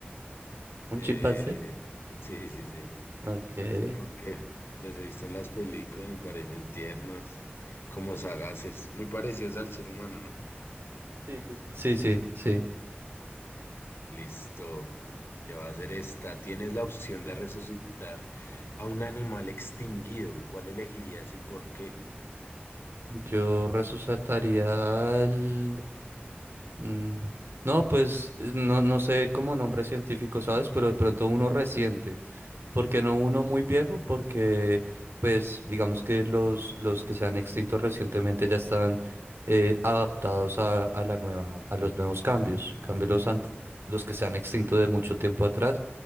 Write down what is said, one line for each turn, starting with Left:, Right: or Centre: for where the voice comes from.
Right: ¿Un
Left: Eh,
Right: chimpancé?
Left: sí, sí, sí.
Right: Ok.
Left: No sé por qué. Los he visto en las películas, me parecen tiernos, como sagaces, muy parecidos al ser humano, ¿no?
Right: Sí, sí, sí. Sí, sí, sí.
Left: Listo. Te va a hacer esta. Tienes la opción de resucitar a un animal extinguido. ¿Cuál elegirías y por qué?
Right: Yo resucitaría el... mm, No, pues eh, no, no sé cómo nombre científico, ¿sabes? Pero de pronto uno reciente. porque no uno muy viejo? Porque, pues, digamos que los, los que se han extinto recientemente ya están eh, adaptados a, a la nueva, a los nuevos cambios. Cambio los, ant- los que se han extinto de mucho tiempo atrás.